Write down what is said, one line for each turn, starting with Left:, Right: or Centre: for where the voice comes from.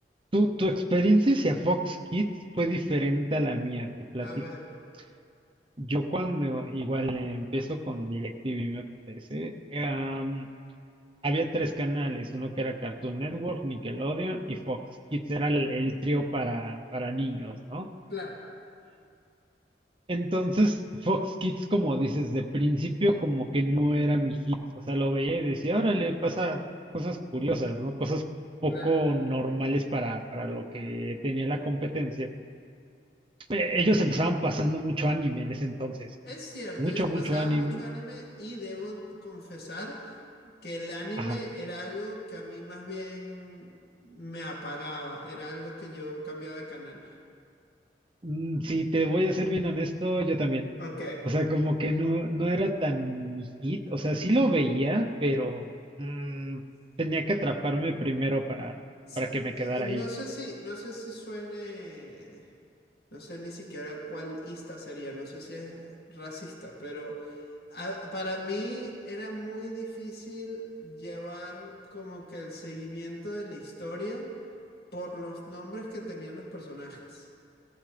Right: tu, tu experiencia hacia Fox Kids fue diferente a la mía, te platico.
Left: A ver,
Right: Yo cuando igual eh, empiezo con DirecTV, me parece, am, había tres canales, uno que era Cartoon Network, Nickelodeon y Fox Kids, era el, el trío para, para niños, ¿no?
Left: claro,
Right: Entonces, Fox Kids, como dices, de principio como que no era mi hit, o sea, lo veía y decía, órale, pasa cosas curiosas, ¿no? Cosas poco
Left: claro.
Right: normales para, para lo que tenía la competencia. Eh, ellos empezaban pasando mucho anime en ese entonces,
Left: Es cierto,
Right: mucho,
Left: yo
Right: mucho
Left: pasaba
Right: anime.
Left: mucho anime y debo confesar que el anime
Right: Ajá.
Left: era algo que a mí más bien me apagaba, era algo que yo cambiaba de canal.
Right: Mm, Si te voy a ser bien honesto, yo también.
Left: Ok.
Right: O sea, como que no, no era tan mi hit, o sea, sí lo veía, pero mm, tenía que atraparme primero para,
Left: S-
Right: para que me
Left: eh,
Right: quedara
Left: no
Right: ahí.
Left: sé si, no sé si suene, no sé ni siquiera cuál ista sería, no sé si es racista, pero a- para mí era muy difícil llevar como que el seguimiento de la historia por los nombres que tenían los personajes.